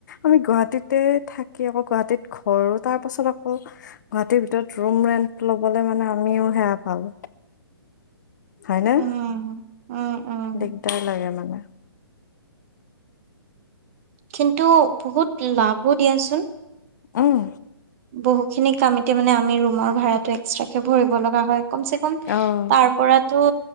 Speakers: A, on the left; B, on the right.
A: আমি গুৱাহাটীতে থাকি আকৌ গুৱাহাটীত ঘৰো, তাৰ পাছত আকৌ গুৱাহাটীৰ ভিতৰত ৰুমৰেণ্ট ল'বলৈ মানে আমিও সেয়া পাঁও হয়নে?
B: উম উম উম
A: দিগদাৰ লাগে মানে।
B: কিন্তু বহুত লাভো দিয়াচোন।
A: উম
B: বহু খিনি কাম এতিয়া মানে আমি ৰুমৰ ভাড়াটো এক্সট্ৰাকে ভৰিব লগা হয়। কম চে কম
A: অ',
B: তাৰ পৰাটো